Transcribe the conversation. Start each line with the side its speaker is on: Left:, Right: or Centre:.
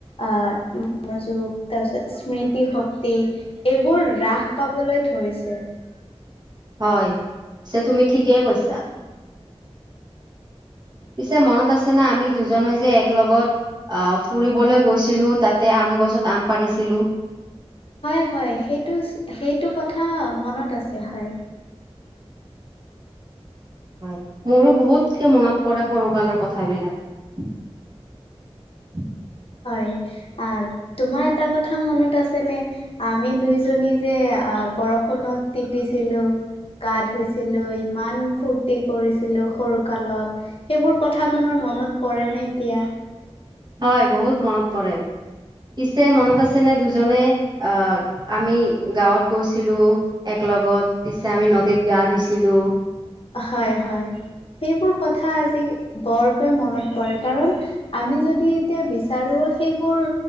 Left: আহ মনোযোগ তাৰ পিছত স্মৃতি শক্তি এইবোৰ ৰাস পাবলৈ ধৰিছে। <unintelligible>
Right: হয় পিছে তুমি ঠিকেই কৈছা। পিছে মনত আছেনে আমি দুজনে যে এক লগত ফুৰিবলৈ গৈছিলোঁ তাতে আম গছত আম পাৰিছিলোঁ।
Left: হয় হয় সেইটো সেইটো কথা মনত আছে হয়।
Right: হয়, মোৰো বহুতকে মনত পৰে সৰুকালৰ কথাবিলাক।
Left: হয় আ তোমাৰ এটা কথা মনত আছে নে? আমি দুইজনী যে, আহ বৰষুণত তিতিছিলো গা ধুইছিলো ইমান ফুৰ্তি কৰিছিলো সৰু কালত সেইবোৰ কথা তোমাৰ মনত পৰে নে এতিয়া।
Right: হয়, বহুত মনত পৰে পিছে মনত আছেনে দুজনে আহ আমি গাঁৱত গৈছিলো এক লগত পিছে আমি নদীত গা ধুইছিলো।
Left: হয় হয়, সেইবোৰ কথা আজি বৰকৈ মনত পৰে কাৰণ আমি যদি এতিয়া বিচাৰো। সেইবোৰ